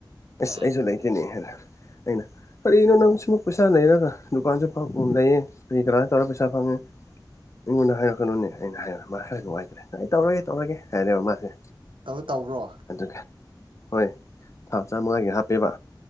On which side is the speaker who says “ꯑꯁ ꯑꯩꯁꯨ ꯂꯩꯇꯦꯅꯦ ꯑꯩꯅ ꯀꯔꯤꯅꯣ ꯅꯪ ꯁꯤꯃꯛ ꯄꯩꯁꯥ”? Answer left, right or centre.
Left